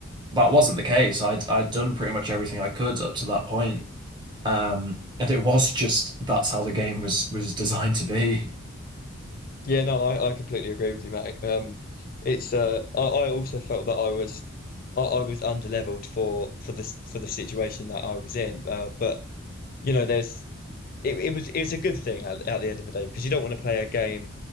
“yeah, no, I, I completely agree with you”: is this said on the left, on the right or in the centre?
Left